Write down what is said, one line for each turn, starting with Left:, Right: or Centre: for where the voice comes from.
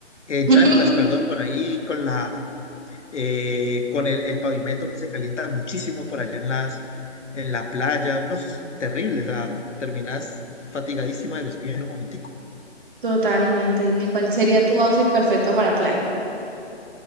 Left: en
Right: <laughs>
Left: chanclas, perdón, por ahí con la, eh, con el, el pavimento que se calienta muchísimo por allá en las, en la playa, unos terribles, o sea, terminas fatigadísima de los pies en un momentico.
Right: Totalmente, dime cuál sería tu outfit perfecto para playa.